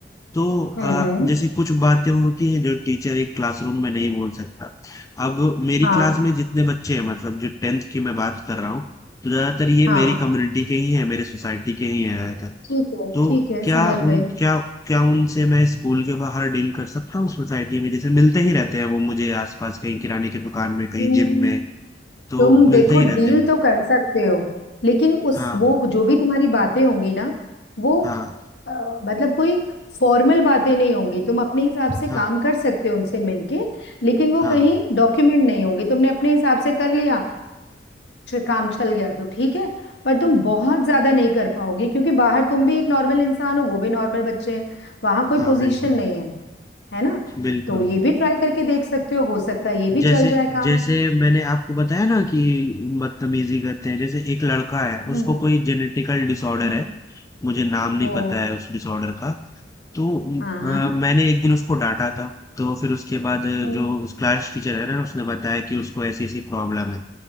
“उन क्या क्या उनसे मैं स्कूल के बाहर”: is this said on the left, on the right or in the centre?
Left